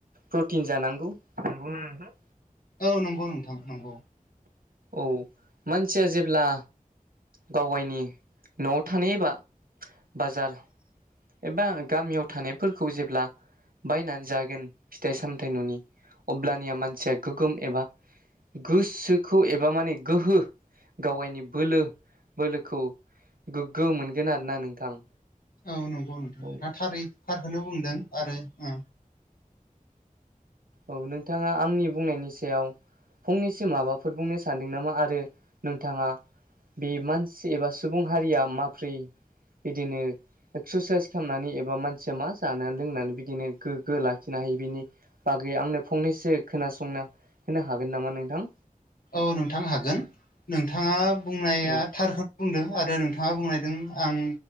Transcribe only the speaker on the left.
औ नंगौ नोंथां नंगौ।
औ नंगौ नोंथां
दा थारै थारखौनो बुंदों आरो औ।
औ नोंथां हागोन नोंथाङा बुंनाया
थारखो बुंदों आरो नोंथाङा बुंनायदों आं